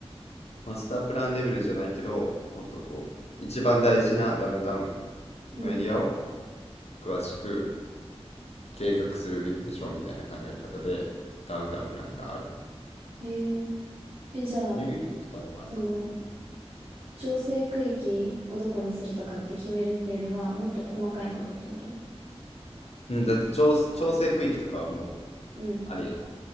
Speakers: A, on the left (about 75°); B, on the right (about 70°).
A: マスタープランレベルじゃないけど、もっとこう、一番大事なダウンタウン
B: うん。
A: のエリアを詳しく計画するべきでしょうみたいな考え方で、ダウンタウンプランがある。
B: へえ。え、じゃあ、
A: ニューヨークとかでもあるから。
B: その、調整区域をどこにするとかって決めるっていうよりは、もっと細かいことってこと
A: うん、だって調調整区域とかはもう、
B: うん。
A: あれやん。